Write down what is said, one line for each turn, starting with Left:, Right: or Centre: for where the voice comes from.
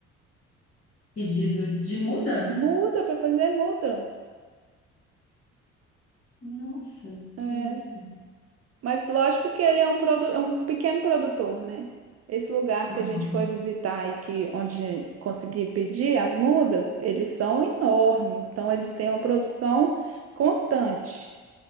Left: Pedido de muda?
Right: Muda para fazer, muda.
Left: Nossa,
Right: É,
Left: que isso.
Right: Mas lógico que ele é um, produ, é um pequeno produtor, né? Esse lugar
Left: Aham.
Right: que a gente foi visitar e que onde consegui pedir as mudas, eles são enormes, então eles têm uma produção constante.